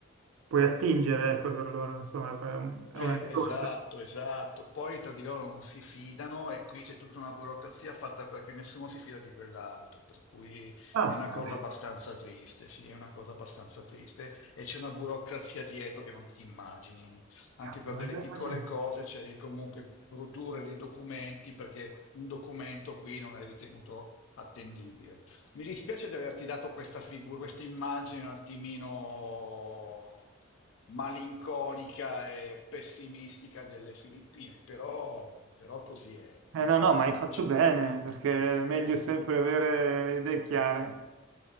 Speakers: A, on the right; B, on the left.
A: puoi attingere,
B: Mm.
A: ecco, per loro, insomma, è un- è
B: Eh,
A: una risorsa.
B: esatto, esatto. Poi tra di loro non si fidano e qui c'è tutta una burocrazia fatta perché nessuno si fida di quell'altro, per cui
A: Ah,
B: è una cosa
A: vabbè,
B: abbastanza triste, sì, è una cosa abbastanza triste e c'è una burocrazia dietro che non ti immagini. Anche
A: cavolo,
B: per delle piccole
A: eh, immagino.
B: cose c'è di comunque produrre dei documenti perché un documento qui non è ritenuto attendibile. Mi dispiace di averti dato questa figura, questa immagine un attimino malinconica e pessimistica delle Filippine, però, però così è.
A: Eh, no, no,
B: Mi spiace.
A: ma hai fatto bene, perché è meglio sempre avere le idee chiare.